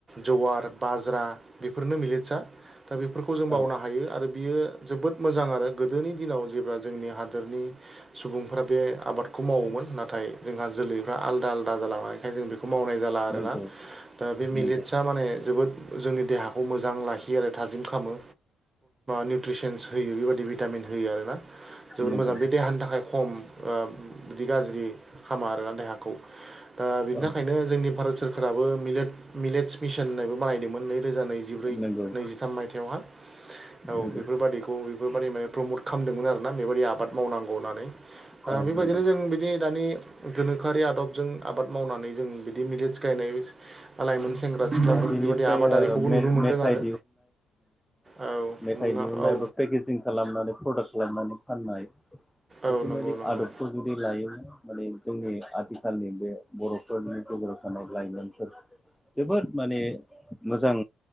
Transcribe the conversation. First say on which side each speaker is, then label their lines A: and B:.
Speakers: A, on the right; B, in the centre.
A: जवार बाजा बेफोरनो मिलेटस दा बेफोरखौ जों बावनो
B: औ
A: हायो। आरो बियो जोबोद मोजां आरो गोदोनि दिनाव जेब्ला जोंनि हादोरनि सुबुंफ्रा बे आबाद खौ मावोमोन। नाथाय जोंहा जोलैफ्रा आदा जालांनाय ओखायनो जों बेखौ मावनाय जाला आरोना।
B: नंगौ
A: दा बे मिलेट्साआ
B: नंगौ
A: माने जोबोद जोंनि देहाखौ मोजां लाखियो आरो थाजिम खालामो। निउट्रिसनस होयो बेबायदि भिटामिन होयो आर ना। जोबोद
B: नंगौ
A: मोजां बे देहानि थाखाय खम ओ बिदि गाज्रि खामा आरोना देहाखौ। दा बिनि
B: औ
A: थाखायनो जोंनि भारत सोरखाराबोे मिलेट्स मिशन होननायबो बानायदोंमोन नैरोजा नैजि जिब्रै
B: नंगौ
A: नैजिथाम मायथयावहा। औ
B: नंगौ
A: बेफोरबादिखौ बेफोरबायाददि माने प्रमट खालामदोंमोन आरोना। बेबायादि आबाद मावनांगौ होननानै
B: औ
A: बेबायदिनो
B: नंगौ
A: जों बि दानि गोनोखोआरि आबजों आबाद मावनानै जों बिदि मिलेटस गायनाय लाइमोन सेंग्रा सिख्लाफोर
B: बा बिनिफ्राय
A: बेबायदि आबादारिखौबो नुनो मोनदों
B: मेथाइ
A: आरो औ
B: मेथाइ
A: नङा
B: दिहुननाय
A: औ
B: बा पेकेजिं खालामनानै प्रडाक्ट खालामनानै फाननाय
A: औ
B: बेफोरबायदि
A: नंगौ नंगौ
B: आदबफोर जुदि लायो माने जोंनि आथिखालनि बे बर'फोरनि गोजेराव थानाय लाइमोनफोर जोबोद माने मोजां